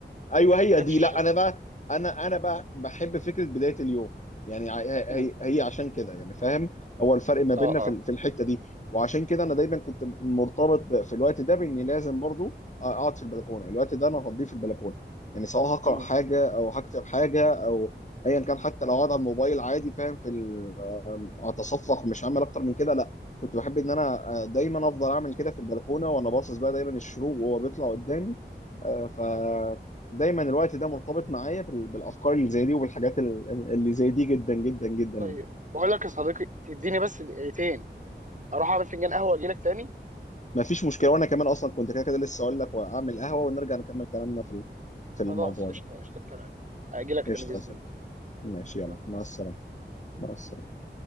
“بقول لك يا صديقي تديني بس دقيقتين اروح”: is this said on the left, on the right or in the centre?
Right